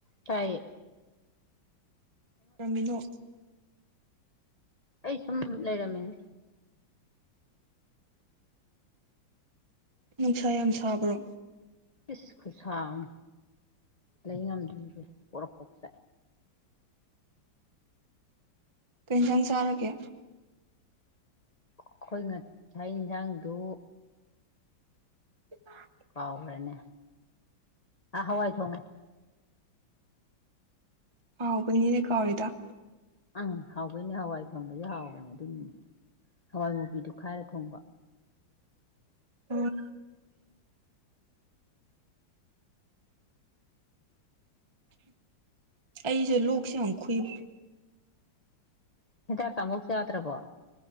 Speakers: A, on the left; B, on the right.
A: ꯇꯌꯦ
B: ꯔꯃꯤꯅꯣ
A: ꯑꯩꯁ ꯎꯝ ꯂꯩꯔꯃꯤꯅꯦ
B: ꯅꯨꯡꯁꯥ ꯌꯥꯝ ꯁꯥꯕ꯭ꯔꯣ
A: ꯏꯁꯤꯁ ꯈꯨꯠꯁꯥꯡ ꯂꯩ ꯉꯝꯗ꯭ꯔꯤꯁꯦ ꯄꯣꯔꯛ ꯑꯣꯁ
B: ꯀꯦꯟꯁꯪ ꯆꯥꯔꯒꯦ
A: ꯑꯩꯈꯣꯏ ꯉ ꯆꯥꯛ ꯌꯦꯟꯁꯥꯡꯗꯨ
B: <inaudible>
A: ꯀꯥꯎꯥꯎꯔꯅꯦ ꯑ ꯍꯋꯥꯏ ꯊꯣꯡꯉꯦ
B: ꯍꯥꯎꯕꯅꯤꯅꯦ ꯀꯥꯎꯗ
A: ꯎꯝ ꯍꯥꯎꯕꯩꯅꯦ ꯍꯋꯥꯏ ꯊꯣꯡꯕꯁꯨ ꯍꯥꯎꯕꯅꯦ ꯎꯝ ꯍꯣꯏ ꯃꯨꯚꯗꯨ ꯈꯥꯏ ꯐꯣꯡꯕ
B: ꯑꯣ ꯑꯩꯁꯨꯦ ꯂꯣꯛꯁꯦ ꯌꯥꯝ ꯈꯨꯨꯏꯕ
A: ꯍꯤꯗꯥꯛ ꯀꯃꯨꯛ ꯆꯗ꯭ꯔꯕꯣ